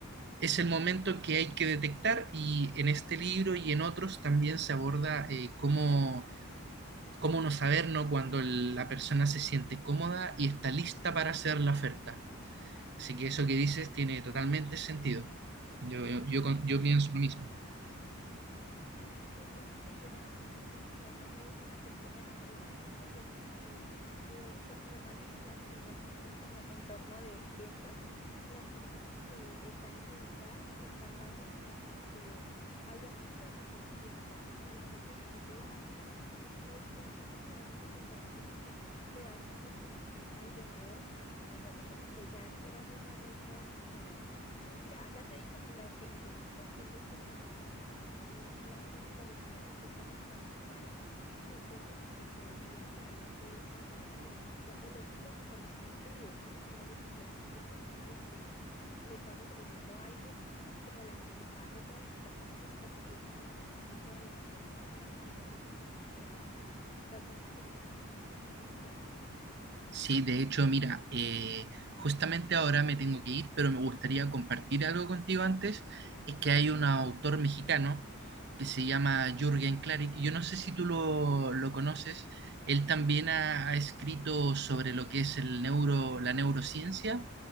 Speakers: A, on the right; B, on the left.
A: es el momento que hay que detectar y en este libro y en otros también se aborda eh, cómo, cómo no saber, ¿no? cuando el- la persona se siente cómoda y está lista para hacer la oferta. Así que eso que dices tiene totalmente sentido. Yo, yo, yo con- yo
B: Sí,
A: pienso lo mismo.
B: sí, justamente, y ella también como que hace una pequeña mención a esto y es como que eh, so- normalmente, digamos, en esto, en un como entorno de ventas, las personas que están involucradas están dando como, como que habían picos de información, o sea, en el momento en el que tú vas a requerir un producto o un servicio, das un pico de información en que le das mucha información al vendedor y luego como que ya esperas esa reotra como eh, tú ya, ya te di como lo que necesito, entonces tú me vas a, a ofrecer el- las cosas, las opciones que tienes para entregarme. Y entonces como que decía que había que mantener como un pico o los picos de información fluidos, ¿sí? Que no se sintiera como la persona a la que le estás ofreciendo algo, como la que te está dando toda la información o que tú estás acaparando toda la conversación. Entonces como que era bastante interesante pues este, este aspecto.
A: Sí, de hecho, mira, eh, justamente ahora me tengo que ir, pero me gustaría compartir algo contigo antes. Es que hay un autor mexicano que se llama Jürgen Klarik. Yo no sé si tú lo, lo conoces. Él también ha, ha escrito sobre lo que es el neuro, la neurociencia